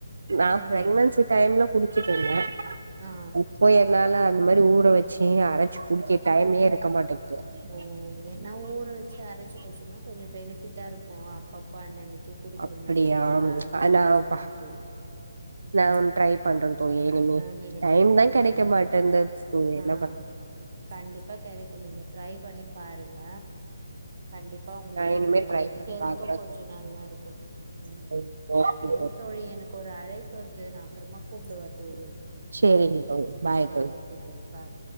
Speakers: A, on the right (about 75°); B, on the right (about 40°).
A: நா
B: ம்
A: ப்ரக்னன்சி டைம்ல குடிச்சுட்ருந்தே
B: ஆ
A: இப்போ என்னால இந்த மாரி ஊற வச்சு அரைச்சு குடிக்க டைமே மாட்டேங்குது
B: ஓ நா ஊர வச்சு ஆரச்சு சொ ன்னா கொஞ்ச பெனிஃபிட்டா இருக்கு அப்பப்பா அன்னனிக்கி க்கி குடிக்கிற
A: அப்படியா
B: மாரி இருக்குல்ல அதுக்குதா
A: நான்ப்பா
B: சொல்றது
A: நான்
B: ம்
A: ஒன்னு ட்ரை பண்றேன் தோழி இனிமே
B: ஆ நீங்க
A: டைம்
B: ட்ரை
A: தான்
B: பண்ணுங்க
A: கிடைக்க மாட்டேன்து தோழி
B: ஆ
A: என்ன பண்றது
B: கண்டிப்பா கெடைக்கு நீங்க ட்ரை பண்ணி பாருங்க கண்டிப்பா உங்களுக்கு
A: நான் இனிமே
B: அது
A: ட்ரை பண்ணி
B: ஹெல்த்தும்
A: பாக்குறேன்
B: கொஞ்ச நல்லாருக்கும் ம்
A: தோழி ஓகே
B: செரி தோழி எனக்கு ஒரு அழைப்பு வருது நா அப்பறமா கூப்டவா தோழி
A: சரிங்க தோழி பாய்
B: ஆ
A: தோழி
B: ஓகே தோழி ஃபாய்